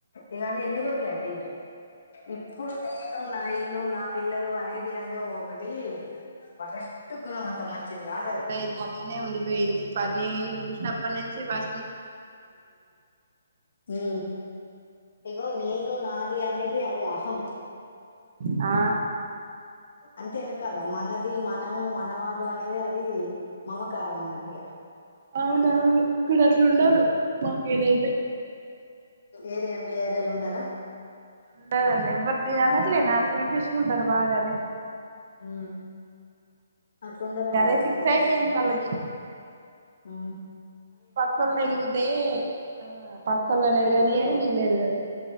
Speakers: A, on the left; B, on the right.
A: ఇగ అది ఎన్ని రోజులండి ఎప్పుడు నేను నా ఇల్లు నా పిల్లలు అనేది అదే ఒకటి వరస్ట్ గుణం అంత మంచిది
B: ఏమో
A: కాదు
B: ఇక్కడైతే
A: అది
B: అలానే ఉండిపోయింది ప నేను చూసినప్పటి నుంచి వ
A: ఉ ఇగో నేను నాది అనేది అది ఆ హమ్
B: ఆ
A: అంతేనా కాదా మనది మనము మనవాళ్ళు అని అని అది మమకారమన్నటుగా
B: అవునవును ఇక్కడ అట్లు ఉండదు మాకేదైతే
A: ఏరియా మీ ఏరియాలో ఉండరా
B: ఉండదండి ఎవ్వరి అనట్లే నా సెల్ఫిష్కుంటారు బాగానే
A: ఊ అట్లుండరండి
B: అదే
A: మా
B: ఫిక్స్
A: దగ్గర
B: అయిపోయింది వాళ్ళకి
A: ఊ
B: పక్కొల్లు ఎదిగితే ఆ పక్కోళ్ళని ఎదగనియ్యరు
A: ఇప్పుడు
B: వీళ్ళు ఎదగరు